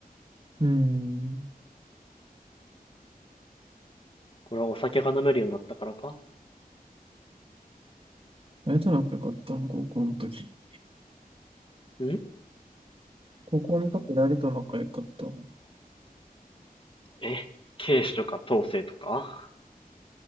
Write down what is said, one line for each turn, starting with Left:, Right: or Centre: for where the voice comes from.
Right: うん。
Left: これはお酒が飲めるようになったからか
Right: 誰と仲良かったの高校の時。
Left: ん
Right: 高校の時誰と仲良かったの
Left: え警視とか統制とか